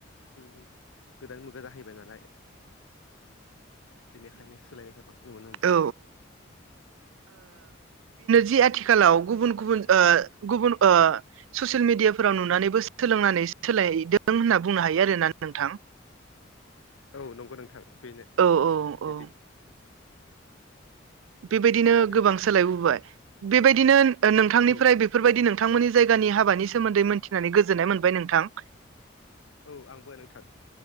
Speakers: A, on the left; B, on the right.
A: उम गोदान मुगा जाहै बायनालाय बेनिखायनो सोलायनायखौ गोबां नुनो मोनबाय।
B: औ जि आथिखालाव गुबुन गुबुन ओ गुबुन ओ ससियेल मिडिया फोराव नुनानैबो सोलायदों होनना बुंनो हायो आरोना नोंथां।
A: औ नंगौ नोंथां बेनो
B: औ
A: बिदि
B: औ बेबायदिनो
A: नोंथां
B: गोबां सोलायबोबाय बेबायदिनो नोंथांनिफ्राय
A: औ
B: बेफोरबायदि नों नोंथांमोननि जायगानि हाबानि सोमोन्दै मोनथिनानै गोजोननाय मोनबाय नोंथां।
A: औ आंबो नोंथां